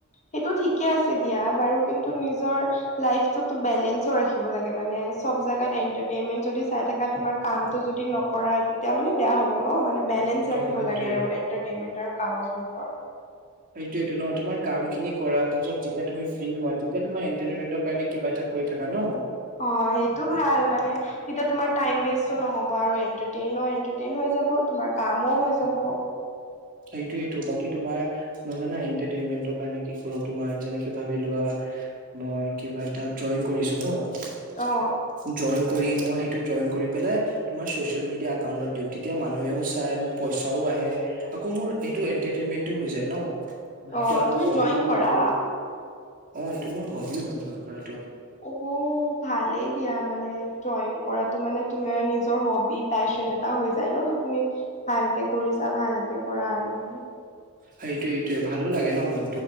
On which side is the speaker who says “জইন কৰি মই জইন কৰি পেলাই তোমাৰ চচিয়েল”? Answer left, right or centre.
Right